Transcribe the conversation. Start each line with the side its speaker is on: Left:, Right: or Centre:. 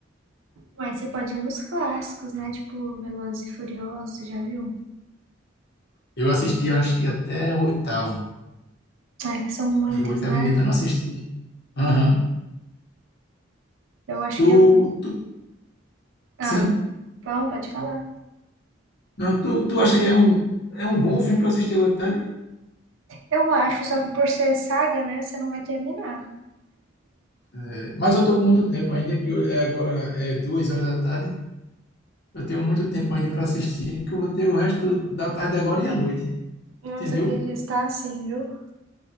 Right: mas você pode ir nos clássicos, né? Tipo, Velozes e Furiosos, você já viu?
Left: Eu assisti, acho que até o oitavo.
Right: É, que são muitas,
Left: Do oitavo
Right: né?
Left: em diante eu não assisti. Aham.
Right: Eu acho
Left: Tu,
Right: que... eu-
Left: tu,
Right: Ah,
Left: sim?
Right: então, pode falar.
Left: Não, tu, tu acha que é um, é um bom filme para assistir agora de tarde?
Right: Eu acho, só que por ser saga, né, você não vai terminar.
Left: É, mas eu tô com muito tempo ainda, que eu- é agora é duas horas da tarde. Eu tenho muito tempo ainda para assistir, que eu vou ter o resto da tarde agora e à noite,
Right: Nossa,
Left: entendeu?
Right: eu queria estar assim, viu?